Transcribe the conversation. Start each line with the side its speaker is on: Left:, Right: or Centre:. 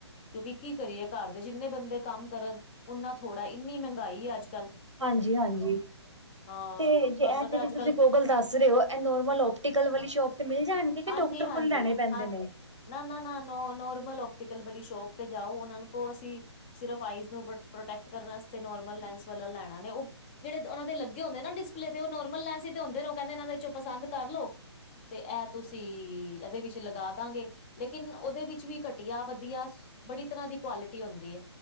Left: ਕਿਉਂਕਿ ਕੀ ਕਰੀਏ ਘਰ ਜਿੰਨੇ ਬੰਦੇ ਕੰਮ ਕਰਨ ਓਨਾ ਥੋੜ੍ਹਾ ਇੰਨੀ ਮਹਿੰਗਾਈ ਅੱਜ ਕੱਲ੍ਹ
Right: ਹਾਂਜੀ-ਹਾਂਜੀ!
Left: ਹਾਂ।
Right: ਤੇ ਜੇ
Left: ਤੁਹਾਨੂੰ
Right: ਇਹ
Left: ਪਤਾ
Right: ਜਿਹੜੀ
Left: ਅੱਜ
Right: ਤੁਸੀਂ
Left: ਕੱਲ੍ਹ
Right: ਕੋਗਲ ਦੱਸ ਰੇ ਓ ਇਹ ਨੋਰਮਲ ਓਪਟੀਕਲ ਵਾਲੀ ਸ਼ੋਪ ਤੇ ਮਿਲ ਜਾਣਗੇ ਕਿ
Left: ਹਾਂਜੀ
Right: ਡਾਕਟਰ
Left: ਹਾਂਜੀ
Right: ਕੋਲ ਲੈਣੇ ਪੈਂਦੇ
Left: ਹਾਂ
Right: ਨੇ
Left: ਨਾ ਨਾ ਨਾ ਨੋ ਨੋਰਮਲ ਓਪਟੀਕਲ ਵਾਲੀ ਸ਼ੋਪ ਤੇ ਜਾਓ ਉਹਨਾਂ ਨੂੰ ਉਹ ਅਸੀਂ ਸਿਰਫ਼ ਆਈਜ਼ ਨੂੰ ਪ੍ਰੋਟੈਕਟ ਕਰਨ ਵਸਤੇ ਨੋਰਮਲ ਲੈਂਸ ਵਾਲਾ ਲੈਣਾ ਨੇ ਉਹ ਜਿਹੜੇ ਉਹਨਾਂ ਦੇ ਲ ਹੁੰਦੇ ਨੇ ਡਿਸਪਲੇ ਤੇ ਉਹ ਨੋਰਮਲ ਲੈਂਸ ਈ ਤੇ ਹੁੰਦੇ ਕਹਿੰਦੇ ਇਹਨਾਂ ਦੇ 'ਚੋਂ ਪਸਦ ਕਰ ਲੋੋ ਤੇ ਐ ਤੁਸੀਂ ਇਹਦੇ ਵਿੱਚ ਲਗਾ ਦਾਂਗੇ। ਲੇਕਿਨ ਉਹਦੇ ਵਿੱਚ ਵੀ ਘਟੀਆ ਵਧੀਆ ਸ ਬੜੀ ਤਰ੍ਹਾਂ ਦੀ ਕੁਆਲਿਟੀ ਹੁੰਦੀ ਐ।